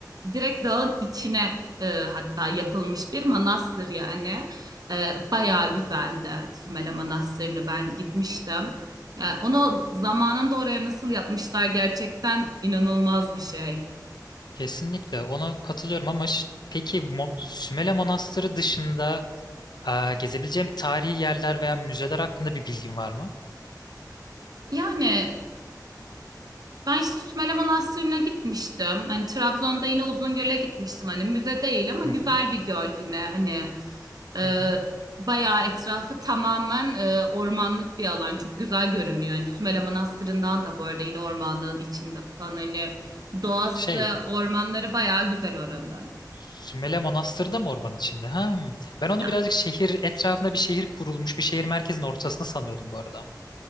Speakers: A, on the right; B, on the left.
A: direkt dağın içine e, hatta yapılmış bir manastır yani. E, bayağı güzeldi Sümele Manastırı'nı ben gitmiştim. Ya onu zamanında oraya nasıl yapmışlar gerçekten inanılmaz bir şey.
B: Kesinlikle ona katılıyorum ama ş- peki Mo- Sümele Manastırı dışında e, gezebileceğim tarihi yerler veya müzeler hakkında bir bilgin var mı?
A: Yani Ben işte Sümele Manastırı'na gitmiştim. Hani Trabzon'da yine Uzungöl'e gitmiştim. Hani müze değil ama güzel
B: Hı hı,
A: bir göl yine. Hani e,
B: hı hı.
A: bayağı etrafı tamamen e, ormanlık bir alan. Çok güzel görünüyor. Hani Sümele Manastırı'ndan da bu arada yine ormanlığın içinde falan. Hani doğası,
B: Şey,
A: ormanları bayağı güzel oranın.
B: Sümele Manastırı da mı ormanın içinde? Ha, hmm. ben onu
A: Ya
B: birazcık şehir etrafında bir şehir kurulmuş, bir şehir merkezinin ortasında sanıyordum bu arada.